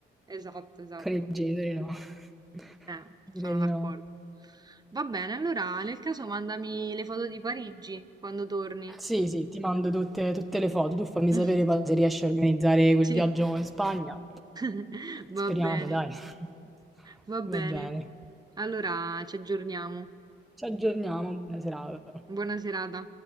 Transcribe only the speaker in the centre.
<laughs>
con i genitori no. <laughs>
Direi
di
no.
Sì, sì, ti mando tutte, tutte le foto. Tu fammi
sapere poi se riesci a organizzare quel
viaggio in Spagna.
Speriamo,
dai. <laughs>
Va bene.
Ci aggiorniamo. Buona serata.